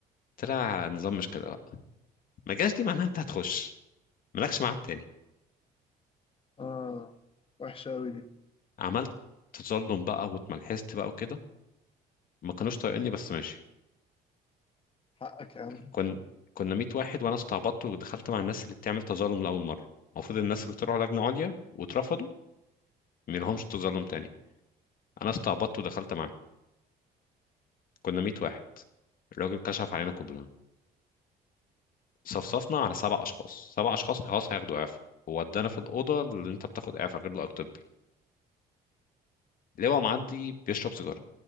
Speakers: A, on the left; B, on the left.
A: طلع نظام مش كده لا ما جاش دي معناها انت هتخش مالكش ميعاد تاني
B: آه وحشة أوي دي
A: عملت تظلم بقى واتملحست بقى وكده ما كانوش طايقيني بس ماشي
B: حقك يا عم
A: كن كنا 100 واحد وانا استعبطت ودخلت مع الناس اللي بتعمل تظلم لاول مره المفروض الناس اللي طلعوا لجنه عليا واترفضوا ما لهمش تظلم تاني انا استعبطت ودخلت معاهم كنا 100 واحد الراجل كشف علينا كلنا صفصفنا على سبع اشخاص سبع اشخاص خلاص هياخدوا اعفاء وودانا في الاوضه اللي انت بتاخد اعفاء غير لائق طبي اللواء معدي بيشرب سيجاره